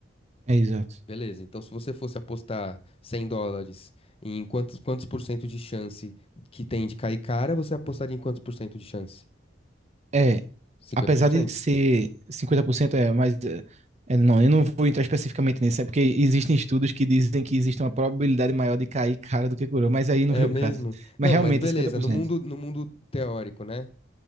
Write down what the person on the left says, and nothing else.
Beleza, então se você fosse apostar 100 dólares em quantos, quantos por cento de chance que tem de cair cara, você apostaria em quantos por cento de chance?
cinquenta
por
cento
É
mesmo?
Não,
mas beleza,
no
mundo, no mundo teórico, né?